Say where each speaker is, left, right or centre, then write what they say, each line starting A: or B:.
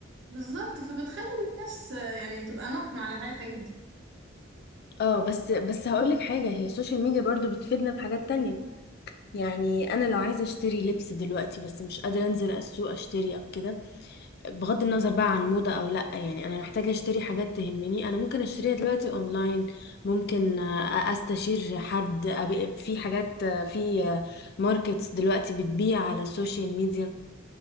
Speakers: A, on the right; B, on the left.
A: بالظبط فبتخلي الناس آه، يعني تبقى ناقمة على حياتها جدا
B: اه بس بس هقولك حاجة هي السوشيال ميديا برضو بتفيدنا بحاجات تانية يعني انا لو عايزة اشتري لبس دلوقتي بس مش قادرة انزل السوق اشتري او كده بغض النظر بقى عن موضة او لا يعني انا محتاجة اشتري حاجات تهمني انا ممكن اشتريها دلوقتي اونلاين ممكن آه، استشير حد أبقى- في حاجات آه، في ماركتس دلوقتي بتبيع على السوشيال ميديا